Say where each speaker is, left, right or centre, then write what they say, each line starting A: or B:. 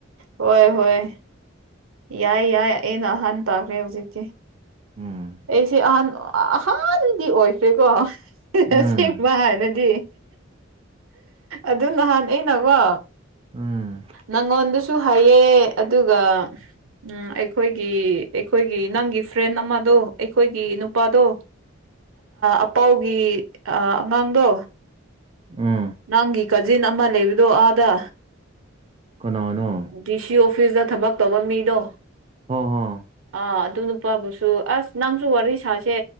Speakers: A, on the right (about 80°); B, on the right (about 30°).
A: ꯍꯣꯏ ꯍꯣꯏ ꯌꯥꯏ ꯌꯥꯏ ꯑꯩꯅ ꯑꯍꯥꯟꯕ ꯇꯥꯈ꯭ꯔꯦ ꯍꯧꯖꯤꯛꯀꯤ
B: ꯎꯝ
A: ꯑꯩꯁꯦ ꯑꯍꯟ ꯑꯍꯥꯟꯕꯗꯤ ꯑꯣꯏꯈ꯭ꯔꯦꯀꯣ
B: ꯎꯝ
A: ꯑꯁꯦꯡꯕ ꯍꯥꯏꯅꯗꯤ ꯑꯗꯨ ꯅꯍꯥꯟ ꯑꯩꯅꯀꯣ
B: ꯎꯝ
A: ꯅꯪꯉꯣꯟꯗ ꯁꯨ ꯍꯥꯏꯌꯦ ꯑꯗꯨꯒ ꯎꯝ ꯑꯩꯈꯣꯏꯒꯤ ꯑꯩꯈꯣꯏꯒꯤ ꯅꯪꯒꯤ ꯐ꯭ꯔꯦꯟ ꯑꯃꯗꯣ ꯑꯩꯈꯣꯏꯒꯤ ꯅꯨꯄꯥꯗꯣ ꯑꯄꯥꯎꯒꯤ ꯑꯉꯥꯡꯗꯣ
B: ꯎꯝ
A: ꯅꯪꯒꯤ ꯀꯖꯤꯟ ꯑꯃ ꯂꯩꯕꯗꯣ ꯑꯥꯗ
B: ꯀꯅꯥꯅꯣ
A: ꯗꯤ ꯁꯤ ꯑꯣꯐꯤꯁꯇ ꯊꯕꯛ ꯇꯧꯕ ꯃꯤꯗꯣ
B: ꯍꯣ ꯍꯣ
A: ꯑꯥ ꯑꯗꯨꯅ ꯅꯨꯄꯥꯕꯨꯁꯨ ꯑꯁ ꯅꯪꯁꯨ ꯋꯥꯔꯤ ꯁꯥꯁꯦ